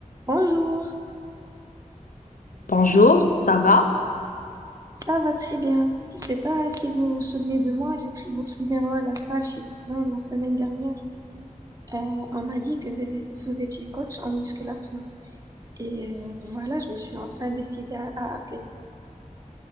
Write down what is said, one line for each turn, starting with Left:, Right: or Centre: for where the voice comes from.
Right: Bonjour,
Left: Bonjour, ça va?
Right: ça va très bien. Je sais pas si vous vous souvenez de moi, j'ai pris votre numéro à la salle Fit-Zone la semaine dernière. Euh, on m'a dit que vous vous étiez coach en musculation. Et euh, voilà, je me suis enfin décidée à, à appeler.